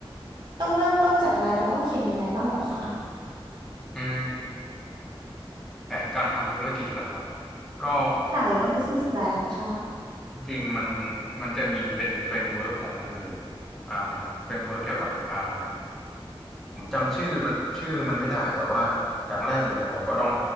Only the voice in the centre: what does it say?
อืมแผนการทำธุรกิจเหรอครับก็
จริงๆมันมันจะมีเป็นเฟรมเวิร์กของมันอยู่อ่าเฟรมเวิร์กเกี่ยวกับอ่า ผมจำชื่อมันชื่อมันไม่ได้แต่ว่าอย่างแรกเลยเนี่ยเราก็ต้อง